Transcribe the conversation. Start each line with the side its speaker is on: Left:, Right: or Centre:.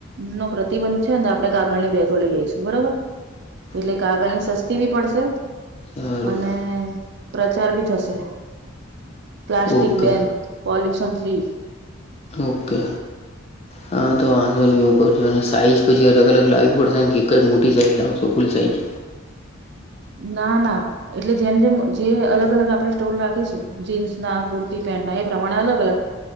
Right: નો પ્રતિબંધ છે ને આપડણે કાગળની બેગો લઈ આવીઈશ. બરોબર.
Left: <inaudible>
Right: એટલે કાગળ ની સસ્તી બી પડશે.
Left: સારું
Right: અને પ્રચાર બી થશે, plastic
Left: okay
Right: ban. Pollution free.
Left: Okay. હા તો આંધો વું કરશો અને સાઈઝ પછી અલગ અલગ લાવ પડશેને એક જ મોટી સાઈઝ લાવશો ફૂલ સાઈઝ?
Right: ના ના. એટલે જેમ જેમ જે અલગ અલગ આપણે સ્ટોર રાખીશું, જીન્સ ના કુર્તી પેન્ટના એ પ્રમાણે અલગ અલગ.